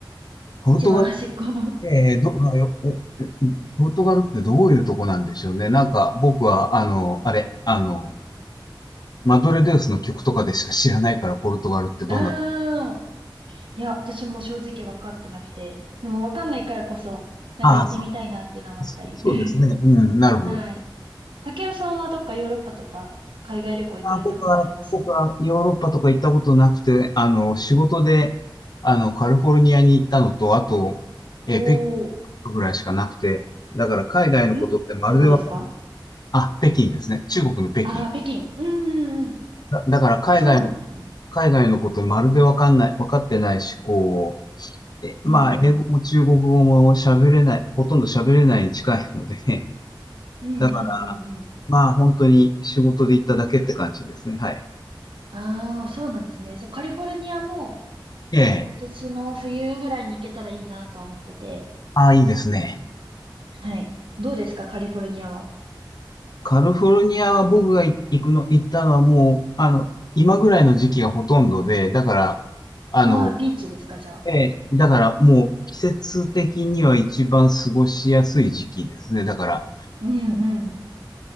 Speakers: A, on the left; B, on the right.
A: ポルトガル、
B: 一番端っこの
A: えー、ど、あよおポルトガルってどういうとこなんでしょうね。なんか僕は、あの、あれ、あの、マドレデウスの曲とかでしか知らないから、ポルトガルってどんな。
B: <laughs> ああ、いや、私も正直分かってなくて、でも分かんないからこそ、なんか行ってみたいなっていうのもあったり。
A: ああ、そう、そうですね。
B: <laughs>
A: うん、なるほど。
B: はい。竹雄さんはどっかヨーロッパとか海外旅行行かれたことあります
A: あ、僕は、僕はヨーロッパとか行ったことなくて、あの、仕事で、あの、カリフォルニアに行ったのと、あと、えー北京ぐらいしかなくて、
B: おお
A: だから海外のことってまるでわか
B: ー、んどこですか
A: あ、北京ですね。中国の北京。
B: ああー、北京。うんうんうん。
A: だ、だから海外の、
B: そうなんですね。
A: 海外のことまるでわかんない、わかってないし、こう、え、まあ、
B: うんうん。
A: 英語も中国語も喋れない、ほとんど喋れないに近いので、
B: うんうんうんうん。
A: だから、まあ、本当に仕事で行っただけって感じですね。はい。
B: ああ、そうなんですね。そう、カリフォルニアも
A: ええ。
B: 今年の冬ぐらいに行けたらいいなとは思ってて。
A: ああ、いいですね。
B: はい。どうですか、カリフォルニアは。
A: カリフォルニアは僕が行くの、行ったのはもう、あの、今ぐらいの時期がほとんどで、だから、あの、
B: ああ、ビーチですか、じゃあ。
A: ええ、だからもう季節的には一番過ごしやすい時期ですね。だから、
B: うんうん。